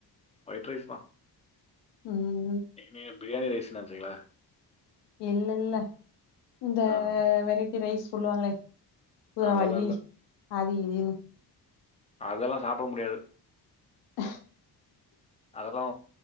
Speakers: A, on the left; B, on the left.
A: ஒயிட் ரைஸ் தா
B: ம்
A: நீ நீங்க பிரியாணி ரைஸ் நெனச்சீங்களா
B: இல்ல இல்ல இந்த
A: ஆ
B: வெரைட்டி ரைஸ் சொல்லுவாங்களே ராகி
A: அதெல்லாம் இல்லை
B: அது இதுன்னு
A: அதெல்லா சாப்ட முடியாது
B: <inaudible>
A: அதெல்லா